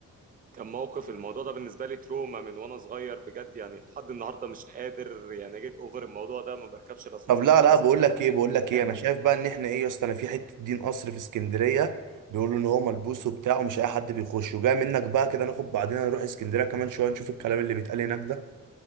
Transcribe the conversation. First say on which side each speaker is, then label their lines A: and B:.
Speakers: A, on the right; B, on the right.
A: كان موقف الموضوع ده بالنسبة لي تروما من وانا صغير بجد يعني لحد النهاردة مش قادر يعني جيت اوفر الموضوع ده ما بركبش الاسانسير
B: طب لا
A: خالص
B: لا بقول
A: مش عارف
B: لك ايه بقول
A: <laughs>
B: لك ايه
A: يعني
B: انا شايف بقى ان احنا ايه يا اسطى انا في حته دين قصر في اسكندريه بيقولوا ان هو ملبوس وبتاع ومش اي حد بيخشه جاي منك بقى كده ناخد بعضنا نروح اسكندريه كمان شويه نشوف الكلام اللي بيتقال هناك ده